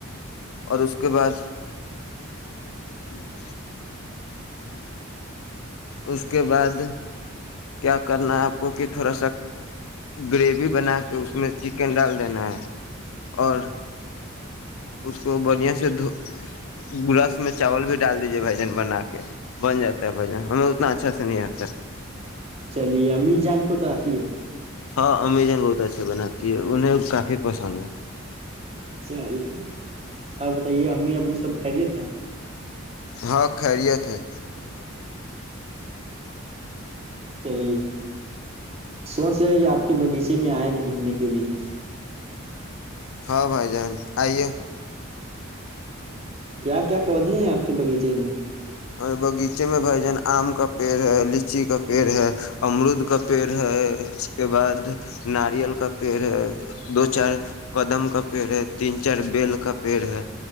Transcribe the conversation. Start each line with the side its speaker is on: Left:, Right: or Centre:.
Left: اور اس کے بعد ہ اس کے بعد کیا کرنا ہے آپ کو کہ تھوڑا سا گریوی بنا کے اس میں چکن ڈال دینا ہے اور اس کو بڑیا سے گ رس میں چاول بھی ڈال دیجیے بھجن بنا کے بن جاتا ہے ہم اتنا اچھا سے نہیںیا سس
Right: چلیے امییر جان کو تو آتی ہے
Left: ہاں امیزن بہت اچھا بناتی ہے انہیں کافی پسند ہے
Right: چلیے اور بتائیے امی ابو سب خریے تھے
Left: ہاں خیریت ہے
Right: چلیے سوچ رہے کہ آپ کے باغیچے میں آئے گھومنے کے لیے
Left: ہاں بھائی جان آئیے
Right: کیا کیا پودے ہیں آپ کے باغیچے میں <unintelligible>
Left: اور بغیچے میں بھائی جان آم کا پیڑ ہے ل لیچی کا پیڑ ہے امرود کا پیڑ ہے اس کے بعد ناریل کا پیڑ ہے دو چار کدم کا پیڑ ہے تین چار بیل کا پیڑ ہے